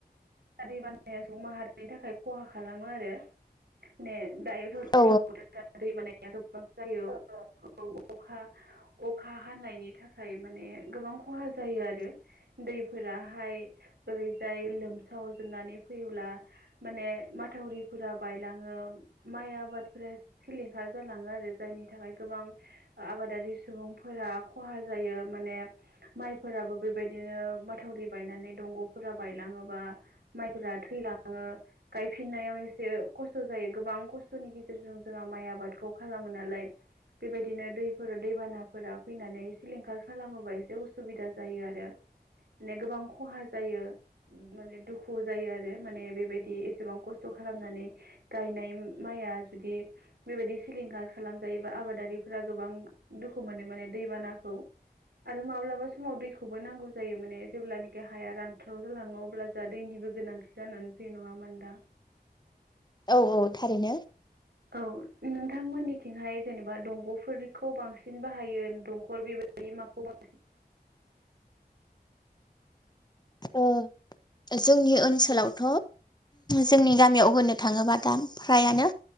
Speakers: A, on the right (about 85°); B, on the left (about 25°).
A: दै बानाया ज माहारिनि थाखाय खहा खालामो आरो मान दायो
B: औ
A: दै बानाया गोबां जायो औ अखा अखा हानायनि थाखाय माने गोबां खहा जायो आरो दैफोराहाय ओरैजाय लोमसावजोबनानै फैयोब्ला माने माथावरिफोरा बायलाङो माइ आबादफोरा सिलिंखार जालाङो आरो जायनि थाखाय गोबां आबादारि सुबुंफोरा खहा जायो माने माइफोराबो बेबायदिनो माथावरि बायनानै दंग'फोरा बायलाङोबा माइफोरा थैलाङो गायफिननायाव एसे खस्थ' जायो गोबां खस्थ'नि गेजेरजों जोंहा माइ आबादखौ खालामो नालाय बेबायदिनो दैफोर दैबानाफोरा फैनानै सिलिंखार खालामोबा एसे उसुबिदा जायो आरो म गोबां खहा जायो माने दुखु जायो आरो माने बेबायदि एसेबां खस्थ' खालामनानै गायनाय माइया जुदि बेबायदि सिलिंखार खालामजायोबा आबादारिफोरा गोबां दुखु मोनो माने दैबानाखौ आरो माब्लाबा समाव दैखौबो नांगौ जायो माने जेब्लानाखि हाया रानथाराव जालाङो अब्ला जोंहा दैनिबो गोनांथि जानानै बे नुङा मोनदा
B: औ औ थारैनो
A: औ नोंथांमोननिथिंहाय जेनेबा दंग'फोरखौ बांसिन बाहायो दंखल बेबायदि माखौ बांसि
B: अ जोंनि ओनसोलावथ' जोंनि गामियाव होननो थाङोबा दा फ्रायानो